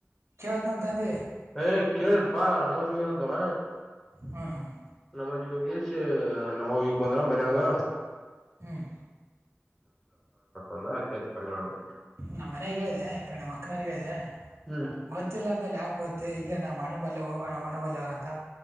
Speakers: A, on the right; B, in the centre.
A: ಕೇಳತ್ನ ತಂದಿ
B: ಏ ಕೆೇಳನ್ ಪಾ ನಮಾಜ್ ಏನಂತಾವ
A: ಹ್ಮ್ ಹ್ಮ್
B: ನಮಾಜ್ಗೆ ಅ ನಮ್ಮಗ್ ಬಂದ್ರ ಮನ್ಯಾಗತ
A: ಹ್ಮ್
B: ಒಂದ ಆಯ್ತ ಆಯತು ಕೊನ್ನೊಂದು
A: ನಮ್ಮ ಮನೆಗ ಇದೆ ಈ ಕಮ್ಮ ಅಕ್ಕನರಿಗೆ ಇದೆ
B: ಹ್ಮ್
A: ಗೊತ್ತಿಲ್ಲಾರ್ದದಲ್ಲಿ ಯಾಕ ಗತ್ತ ಇಲ್ಲ ನ ಮಣ ಬಲ್ ಹೋಗೋಣ ಮಣ ಬಲ್ಯ ಹೋಗಂತ